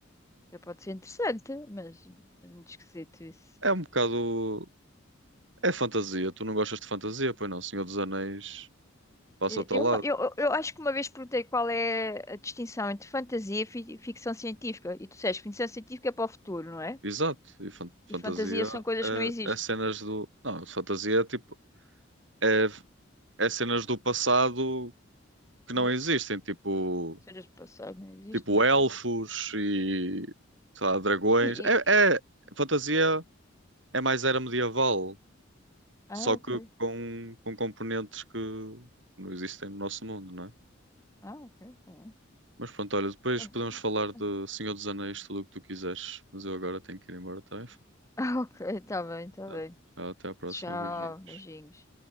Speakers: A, on the left (about 15°); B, on the right (about 65°).
A: já pode ser interessante, mas é muito esquisito isso.
B: É um bocado. É fantasia. Tu não gostas de fantasia? Pois não, Senhor dos Anéis passa-te
A: Eh, Eu,
B: ao lado.
A: uma- eu, eu eu acho que uma vez perguntei qual é a distinção entre fantasia e fi- ficção científica. E tu disseste, ficção científica é para o futuro, não é?
B: Exato. E fan- fantasia
A: E fantasia são coisas
B: é,
A: que não existem.
B: é cenas do. Não, fantasia é tipo. É, é cenas do passado que
A: Cenas
B: não existem.
A: do passado,
B: Tipo.
A: cenas do passado não existem.
B: Tipo elfos e, sei lá, dragões.
A: E,
B: É,
A: e-
B: é- fantasia é mais era medieval,
A: Ah,
B: só
A: ok.
B: que com, com componentes que não existem no nosso mundo, não é?
A: Ah, ok. Tá bem.
B: Mas pronto, olha, depois
A: Ah,
B: podemos
A: ah,
B: falar de
A: ah.
B: Senhor dos Anéis, tudo o que tu quiseres. Mas eu agora tenho que ir embora, tá? bem?
A: Ah, ok. Tá bem, tá
B: Tá.
A: bem.
B: Até à próxima,
A: Tchau,
B: beijinhos.
A: beijinhos.